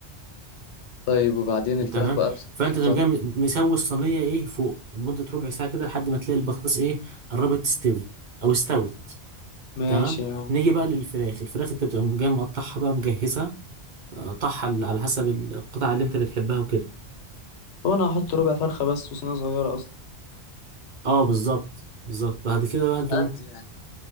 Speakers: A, on the left (about 80°); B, on the right (about 55°).
A: طيب وبعدين
B: انت
A: الفراخ
B: فاهم
A: بقى بتحط
B: فانت
A: امتى
B: تقوم جاي مسوي الصينيه ايه فوق لمده ربع ساعه كده لحد ما تلاقي البطاطس ايه قربت تستوي او استوت
A: ماشي
B: تمام
A: يا عم
B: نيجي بقى للفراخ الفراخ انت بتقوم جاي مقطعها بقى مجهزها قطعها على حسب القطعه اللي انت بتحبها وكده
A: هو انا هحط ربع فرخة بس وصينية صغيرة اصلا
B: اه بالظبط بالظبط بعد كده بقى انتم
A: على قد يعني